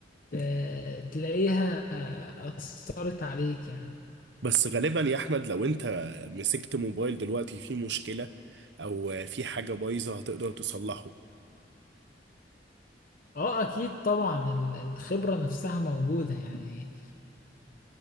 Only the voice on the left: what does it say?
آه، تلاقيها آه، أثرت عليك يعني
اه اكيد طبعا ال- الخبرة نفسها موجودة يعني